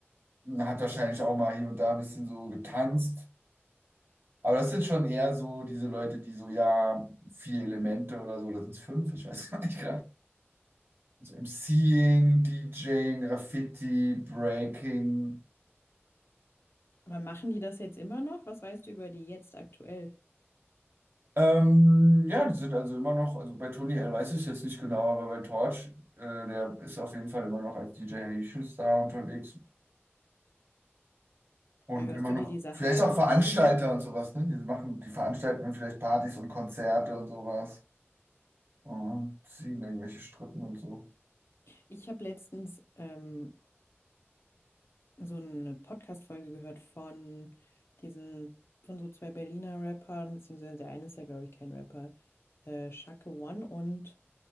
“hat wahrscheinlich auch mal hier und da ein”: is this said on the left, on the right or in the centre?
Right